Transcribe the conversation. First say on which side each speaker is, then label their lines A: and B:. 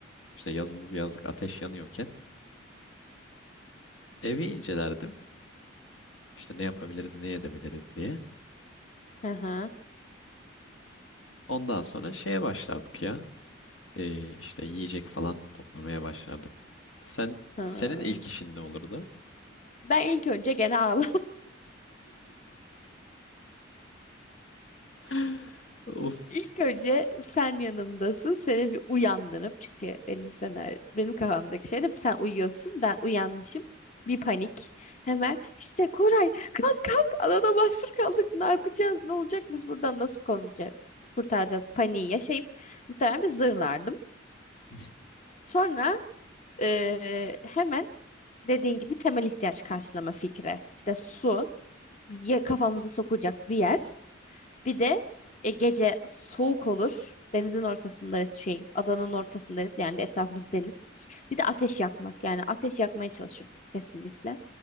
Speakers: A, on the left; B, on the left.
A: işte yazımız yazlık ateş yanıyorken evi incelerdim. İşte ne yapabiliriz, ne edebiliriz diye.
B: Hı hı.
A: Ondan sonra şeye başlardık ya. e, işte yiyecek falan toplamaya başlardık. Sen
B: Hı.
A: senin ilk işin ne olurdu?
B: Ben ilk önce gene ağlarım.
A: <gasps> Of.
B: İlk önce sen yanımdasın. Seni bir uyandırıp çünkü benim senaryo, benim kafamdaki şey de sen uyuyorsun. Ben uyanmışım. Bir panik. Hemen işte Koray kalk kalk adada mahsur kaldık. Ne yapacağız? Ne olacak? Biz buradan nasıl konulacak? Kurtaracağız. Paniği yaşayıp muhtemelen bir zırlardım.
A: <laughs>
B: Sonra eee, hemen dediğin gibi temel ihtiyaç karşılama fikri. İşte su ya kafamızı sokacak bir yer. Bir de e, gece soğuk olur. Denizin ortasındayız şey, adanın ortasındayız. Yani etrafımız deniz. Bir de ateş yakmak. Yani ateş yakmaya çalışırdık kesinlikle.